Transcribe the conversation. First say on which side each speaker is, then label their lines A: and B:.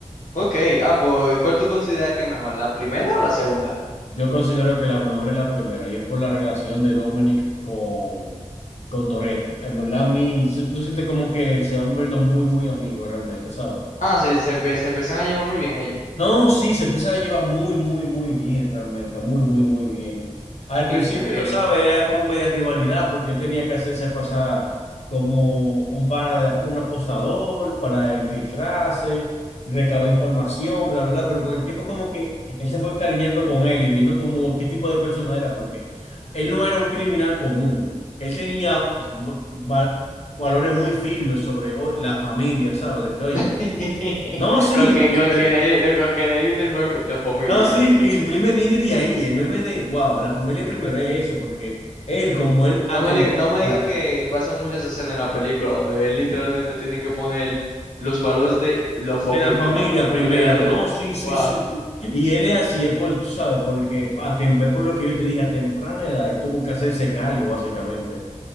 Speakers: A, on the left; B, on the left.
A: Ok, ah, pues, ¿y ¿cuál tú consideras que es mejor, la primera o la segunda?
B: Yo considero que la mejor es la primera, y es por la relación de Dominic con, con Toretto. En verdad, a mí, se- tú sientes como que se van volviendo muy, muy amigos realmente, ¿sabes?
A: Ah, sí, se, empe- se empiezan a llevar muy bien ellos.
B: No, sí, se empieza a llevar muy, muy, muy bien, realmente, muy, muy, muy bien. Al
A: Increíble.
B: principio, tú sabes, era como media rivalidad, porque él tenía que hacerse pasar como un pana de ap- un apostador para infiltrarse, recabar información, bla, bla, bla, pero con el tiempo como que él se fue encariñando con él y viendo como qué tipo de persona era, porque él no era un criminal común, él tenía va- valores muy firmes sobre o- la familia, ¿sabes? De que, oye,
A: <laughs>
B: no, sí,
A: Con que,
B: literal.
A: con que de ahí, de- con que de ahí viene el meme, la familia.
B: No, sí, el meme viene de ahí, el meme de, wow, la familia primero es eso, porque él, como él atenta
A: No me diga, no me diga que pasan muchas escenas en la película donde él literalmente tiene que poner los valores de la familia
B: de la familia primero,
A: por delante.
B: no,
A: de-
B: sí, sí,
A: Wow.
B: sí, sí. Y él es así, es por, tú sabes, porque a atempé por lo que yo te dije, a temprana edad, él tuvo que hacerse cargo, básicamente.